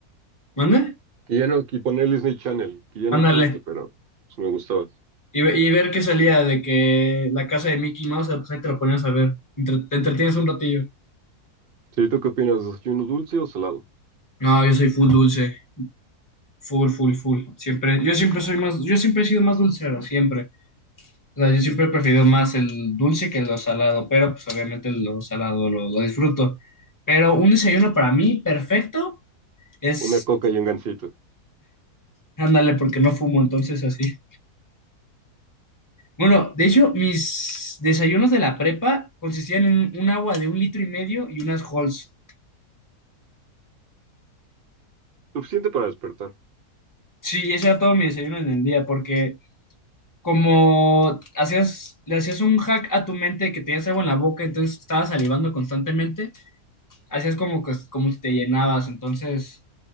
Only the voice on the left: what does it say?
¿Mande?
Ándale.
Y, ve- y ver qué salía de que la casa de Mickey Mouse, pues ahí te lo ponías a ver. Entre- te entretienes un ratillo.
No, yo soy full dulce. Full, full, full. Siempre, yo siempre soy más, yo siempre he sido más dulcero, siempre. O sea, yo siempre he preferido más el dulce que lo salado, pero pues obviamente lo salado lo, lo disfruto. Pero un desayuno para mí perfecto es,
ándale, porque no fumo, entonces así. Bueno, de hecho, mis desayunos de la prepa consistían en un agua de un litro y medio y unas Halls.
Sí, ese era todo mi desayuno en el día, porque como hacías, le hacías un hack a tu mente de que tenías algo en la boca, entonces estabas salivando constantemente, hacías como que, como si te llenabas, entonces...